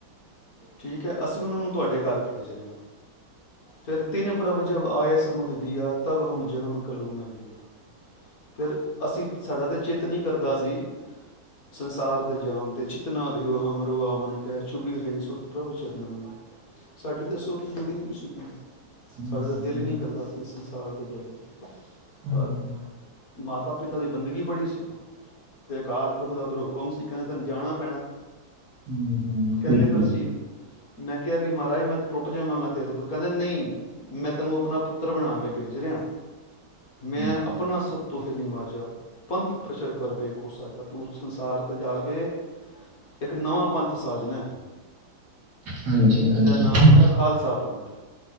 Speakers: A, on the left; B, on the right.
A: ਠੀਕ ਹੈ ਅਸੀਂ ਉਹਨਾਂ ਨੂੰ, ਤੁਹਾਡੇ ਘਰ ਭੇਜ ਰਿਹਾ ਫਿਰ ਤਿੰਨ ਪ੍ਰਭ ਜਬ ਆਇਸ ਮੋਹਿ ਦੀਆ ਤਬ ਹਮ ਜਨਮ ਕਲੂ ਮੈ ਲੀਜੈ ਫਿਰ ਅਸੀਂ ਸਾਡਾ ਤੇ ਚਿੱਤ ਨਹੀਂ ਕਰਦਾ ਸੀ, ਸੰਸਾਰ ਤੇ ਜਾਣ ਤੇ ਜਿਤਨਾ ਰਹਿਓ ਹਮਰੋ ਆਵਨ ਕਹਿ ਚੁਭੀ ਰਹੀ ਸੁਰਤਿ ਪ੍ਰਭ ਚਰਨਨ ਸਾਡੀ ਤਾਂ ਸੁਰਤ ਜੁੜੀ ਹੋਈ ਸੀ
B: ਹਾਂਜੀ
A: ਸਾਡਾ ਤਾਂ ਦਿਲ
B: ਹਾਂਜੀ
A: ਹੀ ਨਹੀਂ ਕਰਦਾ ਸੀ ਇਸ ਸੰਸਾਰ ਤੇ ਜਾਈਏ
B: ਹਾਂਜੀ
A: ਪਰ ਮਾਤਾ ਪਿਤਾ ਦੀ ਬੰਦਗੀ ਬੜੀ ਸੀ, ਅਤੇ ਅਕਾਲ ਪੁਰਖ ਦਾ ਉਧਰੋਂ ਹੁਕਮ ਸੀ ਕਹਿੰਦੇ ਤੈਨੂੰ ਜਾਣਾ ਪੈਣਾ
B: ਹਮ -ਹਮ
A: ਕਹਿੰਦੇ
B: ਬਿਲਕੁਲ
A: ਫਿਰ ਅਸੀਂ ਮੈਂ ਕਿਹਾ ਵੀ ਮਹਾਰਾਜ ਮੈਂ ਟੁੱਟ ਜਾਵਾਂਗਾ ਤੇਰੇ ਤੋਂ ਕਹਿੰਦੇ ਨਹੀਂ ਮੈਂ ਤੈਨੂੰ ਆਪਣਾ ਪੁੱਤਰ ਬਣਾ ਕੇ ਭੇਜ ਰਿਹਾ ਮੈਂ
B: ਹਾਂਜੀ
A: ਆਪਣਾ ਸਤੋਸ਼ ਧੰਨਵਾਦ ਪੰਥ ਪ੍ਰਚਰ ਕਰਵੇ ਕੁਸ ਜਾ ਤੂੰ ਸੰਸਾਰ ' ਜਾ ਕੇ ਇੱਕ ਨਵਾਂ ਪੰਥ ਸਾਜਨਾ,
B: ਹਾਂਜੀ ਹਾਂਜੀ
A: ਜਿਸਦਾ ਨਾਮ
B: ਅੱਛਾ
A: ਹੋਇਆ ਖਾਲਸਾ ਪੰਥ